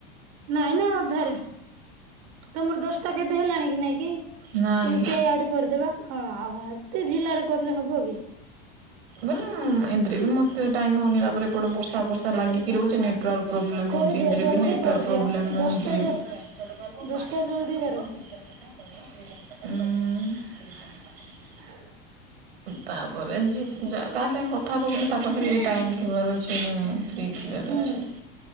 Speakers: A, on the right; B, on the right.
A: ନାଇଁ ନା ଅଧାରେ। ତମର ଦଶଟା କେତେ ହେଲାଣି କି ନାଇଁ କି
B: ନାଇଁ
A: ୟୁ ପି ଆଇ ଆଡ କରିଦବା ହଁ ଆଉ ଭା ତେ ଜିଲ୍ଲାରେ କଲେ ହବ କି?
B: ବୋଲେ ଏମିତିରେ ବି ମତେ ଟାଇମ ହଉନି ତାପରେ ଏପଟେ ବର୍ଷା ଫର୍ଷା ଲାଗିକି ରହୁଛି ନା। ନେଟୱାର୍କ ପ୍ରୋବ୍ଲେମ୍
A: କରିଦିଅ
B: ହେଉଚି ଏମିତିରେ
A: ଜଲଦି
B: ବି ନେଟୱାର୍କ
A: କରିଦିଅ
B: ପ୍ରୋବ୍ଲେମ୍ ହେଉଚି।
A: ଦଶଟା ଜ
B: କହିବ
A: ଦଶଟା
B: ବାହାର
A: ଜଲଦି
B: କଥା କହିବ,
A: କର
B: ଭିତର କଥା କହିବ <unintelligible>
A: <inaudible>
B: ତାପରେ ଜି ଯା କାହା ସାଙ୍ଗେ କଥା ହେବାକୁ ହେଲେ ତା ପାଖରେ ଟାଇମ ଥିବାର ଅଛି କି ନାଇଁ? ଫ୍ରି ଥିବାର
A: ହୁଁ
B: ଅଛି,